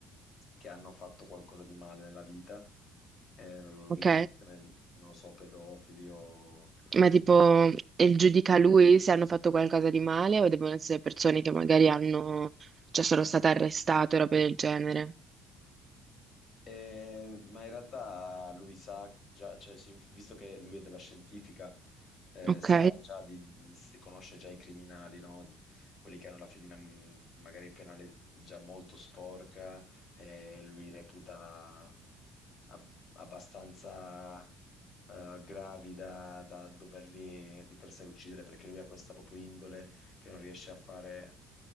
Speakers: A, on the left; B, on the right.
A: che hanno fatto qualcosa di male nella vita, eh, nella loro
B: ok.
A: vita, tipo, eh, non lo so, pedofili o
B: Ma tipo, e il giudica lui se hanno fatto qualcosa di male o devono essere persone che magari hanno, cioè sono state arrestate o roba del genere.
A: Eh, ma in realtà lui sa già, cioè, sì, visto che lui è della scientifica, eh,
B: Ok.
A: sa già di, di- si conosce già i criminali, no? Quelli che hanno la fedina mh, magari penale già molto sporca, eh, lui reputa ab- abbastanza eh, gravi da, da doverli di per sé uccidere, perché lui ha questa proprio indole che non riesce a fare